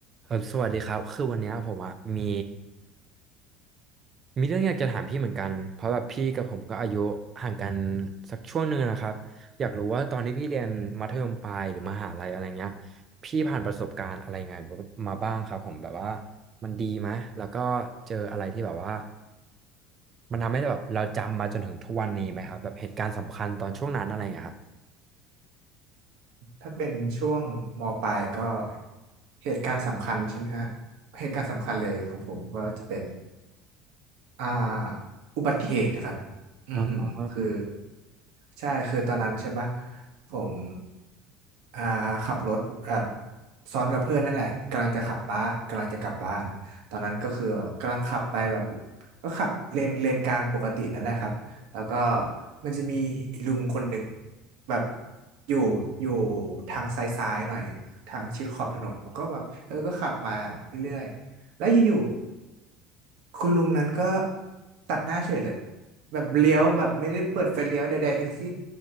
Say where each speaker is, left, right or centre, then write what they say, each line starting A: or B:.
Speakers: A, on the right (about 30°); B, on the right (about 75°).
A: ครัสวัสดีครับคือวันเนี้ยผมอะมีมีเรื่องอยากจะถามพี่เหมือนกันเพราะแบบพี่กับผมก็อายุห่างกันสักช่วงหนึ่งนะครับอยากรู้ว่าตอนที่พี่เรียนมัธยมปลายหรือมหาลัยอะไรเงี้ยพี่ผ่านประสบการณ์อะไรไงมาบ้างครับผมแบบว่ามันดีไหมแล้วก็เจออะไรที่แบบว่ามันทำให้แบบเราจำมาจนถึงทุกวันนี้ไหมครับแบบเหตุการณ์สำคัญตอนช่วงนั้นอะไรเงี้ยครับ
B: ถ้าเป็นช่วงมปลายก็เหตุการณ์สำคัญใช่ไหมฮะเหตุการณ์สำคัญเลยของผมก็จะเป็นอ่าอุบัติเหตุนะครับอือหือคือ
A: อ่า
B: ใช่คือตอนนั้นใช่ปะผมอ่าขับรถแบบซ้อนกับเพื่อนนั่นแหละกำลังจะขับบ้านกำลังจะกลับบ้านตอนนั้นก็คือแบบกำลังขับไปแบบก็ขับเลนเลนกลางปกตินั่นแหละครับแล้วก็มันจะมีลุงคนหนึ่งแบบอยู่อยู่ทางซ้ายๆหน่อยทางชิดขอบถนนผมก็แบบเออก็ขับมาเรื่อยๆแล้วอยู่ คุณลุงนั้นก็ตัดหน้าเฉยเลยแบบเลี้ยวแบบไม่ได้เปิดไฟเลี้ยวใดๆทั้งสิ้น